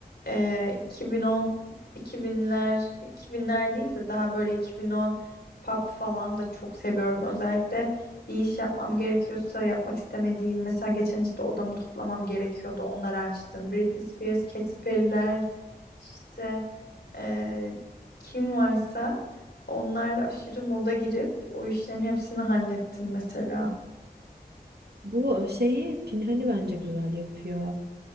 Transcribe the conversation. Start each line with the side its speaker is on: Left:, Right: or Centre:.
Left: e, 2010 2000'ler 2000'ler değil de daha böyle 2010 pop falan da çok seviyorum. Özellikle bir iş yapmam gerekiyorsa yapmak istemediğim mesela geçen işte odamı toplamam gerekiyordu onları açtım. Britney Spears, Katy Perry'ler işte e, kim varsa onlarla aşırı moda girip o işlerin hepsini hallettim mesela.
Right: Bu şeyi Pinhani bence güzel yapıyor.